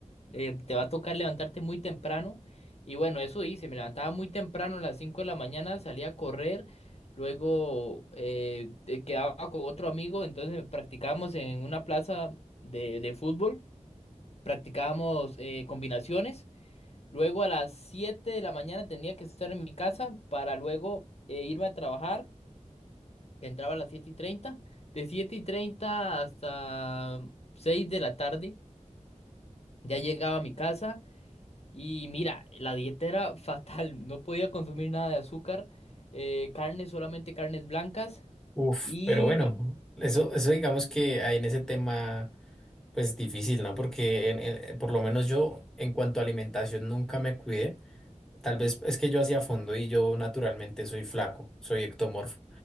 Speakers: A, on the left (about 55°); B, in the centre.
A: eh, te va a tocar levantarte muy temprano. Y bueno, eso hice, me levantaba muy temprano a las 5 de la mañana, salía a correr, luego eh, eh, quedaba con otro amigo, entonces practicábamos en una plaza de, de fútbol, practicábamos eh, combinaciones, luego a las 7 de la mañana tenía que estar en mi casa para luego eh, irme a trabajar que entraba a las siete y treinta De 7 y 30 hasta 6 de la tarde ya llegaba a mi casa y mira, la dieta era fatal, no podía consumir nada de azúcar, eh, carne, solamente carnes blancas.
B: Uf,
A: Y
B: pero bueno, eso, eso digamos que hay en ese tema, pues difícil, ¿no? Porque en- en- por lo menos yo, en cuanto a alimentación, nunca me cuidé. Tal vez es que yo hacía fondo y yo naturalmente soy flaco, soy ectomorfo.